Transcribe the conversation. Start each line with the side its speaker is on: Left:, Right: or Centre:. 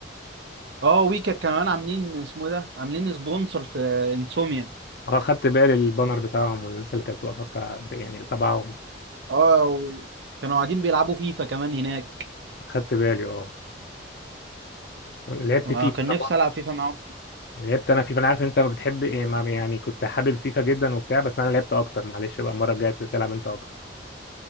Right: اه ويكت كمان عاملين اسمه ده عاملين سبونسر في انسوميا
Left: اه خدت بالي البانر بتاعهم والناس اللي كانت واقفه بتاع يعني تبعهم
Right: اه و- كانوا قاعدين بيلعبوا فيفا كمان هناك
Left: خدت بالي اه لعبت
Right: وكان
Left: فيفا انا
Right: نفسي
Left: برضه
Right: العب فيفا معاهم
Left: لعبت انا فيفا انا عارف ان انت ما بتحب إيه، ما- يعني كنت حابب فيفا جدا وبتاع بس انا لعبت اكتر معلش بقى المره الجايه تلعب انت اكتر